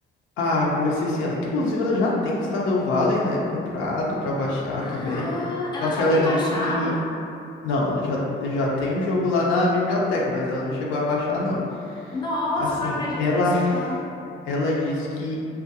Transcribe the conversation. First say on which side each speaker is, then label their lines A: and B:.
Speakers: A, on the left; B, on the left.
A: Ah, eu conversei sim. ela- Inclusive, ela já tem Stardew Valley, né? Comprado pra baixar
B: Ah,
A: também.
B: ela
A: Só que
B: já
A: ela
B: tem
A: disse
B: baixado?
A: que. Não, ela já, já tem o jogo lá na biblioteca, mas ela não chegou a baixar, não.
B: Nossa,
A: Assim,
B: eu não acredito
A: ela,
B: nisso,
A: ach-
B: não.
A: ela disse que.